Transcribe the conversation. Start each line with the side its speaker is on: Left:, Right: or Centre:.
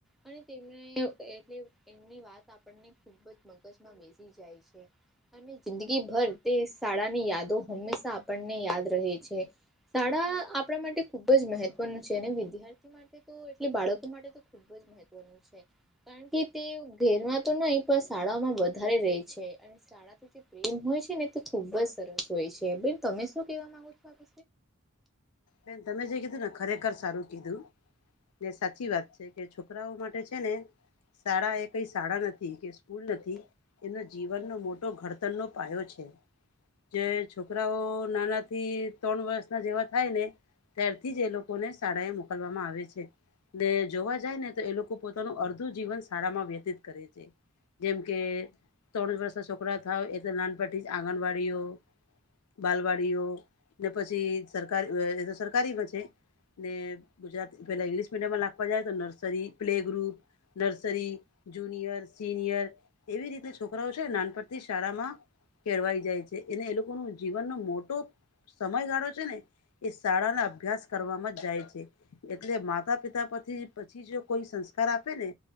Centre: અને તેમને એમની એમની વાત આપણને ખુબ જ <inaudible> <inaudible> બેસી જાય છે. અને જિંદગી ભર તે શાળાની યાદો હંમેશા આપણને યાદ રહે છે શાળા આપણે માટે ખુબ જ મહત્વનું છે ને વિદ્યાર્થી માટે <inaudible> એટલે બાળકો માટે તો ખુબ જ મહત્વનું કાણ કે તે ઘેરમાં તો નઈ પણ શાળામાં વધારે રેય છે <inaudible> <inaudible> હોય છે ને ખુબ જ સરસ હોય છે બેન તમે શું કેવા માંગો છો <inaudible>
Left: બેન તમે જે કીધું ને ખરેખર સારું કીધું. તે સાચી વાત છે કે છોકરાઓ માટે છે ને શાળા એ કઈ શાળા નથી કે સ્કૂલ નથી એનો જીવનનો મોટો ઘડતરનો પાયો છે. જે છોકરાઓ નાના થી તણ વર્ષના જેવા થાય ને. ત્યારથી જ એ લોકોને શાળા એ મોકલવામાં આવે છે. ને જોવા જાય ને તો એ લોકો પોતાનું અર્ધું જીવન શાળામાં વ્યતીત કરે છે. જેમ કે તણ વર્ષના છોકરા થાવ એટલે નાનપનથી જ આંગણવાડીઓ બાલવાડીઓ ને પછી સરકારી એ તો સરકારીમાં છે. ને ગુજરાતી પેલા ઈંગ્લિશ મીડિયમમાં લાખવા જાય તો nursery play group nursery junior senior એવી રીતે છોકરાઓ છેને નાનપણથી જ શારામાં કેળવાઈ જાય છે એને એ લોકોનો જીવનનો મોટો સમયગારો છે ને એ શાળાના અભ્યાસ કરવામાં જાય છે. એટલે માતા પિતા પછી પછી જો કોઈ સંસ્કાર આપે ને